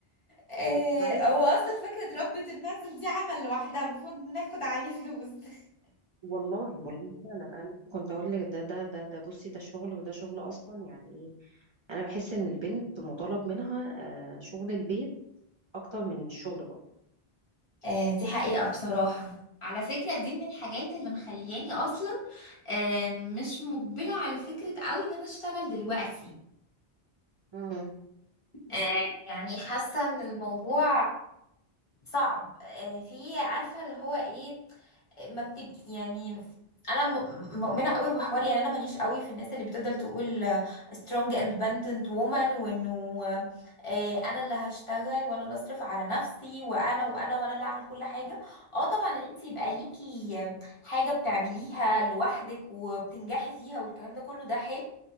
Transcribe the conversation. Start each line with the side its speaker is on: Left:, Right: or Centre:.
Left: آه،
Right: ساعات
Left: هو اصلا فكرة ربة المنزل دي عمل لوحدها المفروض ناخد عليه فلوس <laughs>
Right: والله والله فعلا انا لسه كنت اقول لك ده ده ده ده بصي ده شغل وده شغل اصلا يعني ايه انا بحس ان البنت مطالب منها آه، شغل البيت اكتر من الشغل برضه
Left: آه دي حقيقة بصراحة على فكرة دي من الحاجات اللي مخلياني أصلا آه مش مقبلة على فكرة قوي إن أنا أشتغل دلوقتي
Right: امم
Left: آه يعني حاسة إن الموضوع صعب آه، في عارفه اللي هو ايه آه، ما بتبقي يعني انا م- مؤمنه قوي بحوار يعني انا ماليش قوي في الناس اللي بتفضل تقول آه، strong independent woman وانه آه، انا اللي هشتغل وانا اللي اصرف على نفسي وانا وانا وانا اللي اعمل كل حاجه اه طبعا ان انت يبقى ليكي حاجه بتعمليها لوحدك وبتنجحي فيها والكلام ده كله ده حلو